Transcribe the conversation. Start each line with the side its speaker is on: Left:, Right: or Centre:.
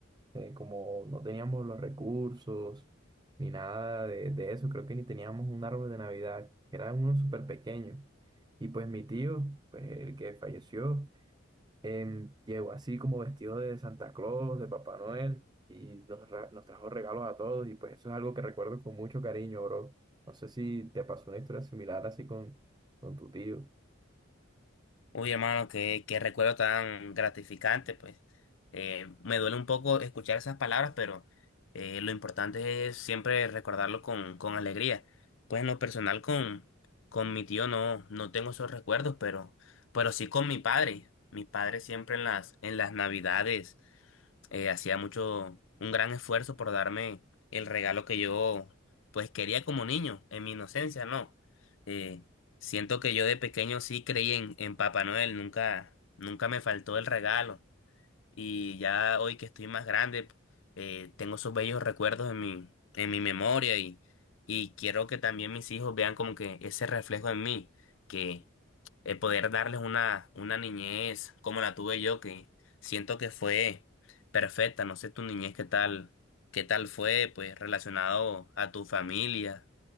Right: eh, como no teníamos los recursos ni nada de, de eso, creo que ni teníamos un árbol de Navidad, era uno súper pequeño. Y pues mi tío, pues el que falleció, em, llegó así como vestido de Santa Claus, de Papá Noel, y nos, ra- nos trajo regalos a todos, y pues eso es algo que recuerdo con mucho cariño, bro. No sé si te pasó una historia similar así con, con tu tío.
Left: Uy, hermano, qué, qué recuerdo tan gratificante, pues. Eh, me duele un poco escuchar esas palabras, pero eh, lo importante es siempre recordarlo con, con alegría. Pues en lo personal con, con mi tío no, no tengo esos recuerdos, pero, pero sí con mi padre. Mi padre siempre en las, en las navidades eh, hacía mucho, un gran esfuerzo por darme el regalo que yo pues quería como niño, en mi inocencia, no. Eh, siento que yo de pequeño sí creí en, en Papá Noel, nunca, nunca me faltó el regalo. Y ya hoy que estoy más grande, eh, tengo esos bellos recuerdos en mi, en mi memoria y, y quiero que también mis hijos vean como que ese reflejo en mí, que eh, poder darles una, una niñez como la tuve yo, que siento que fue perfecta. No sé tu niñez qué tal, qué tal fue, pues relacionado a tu familia.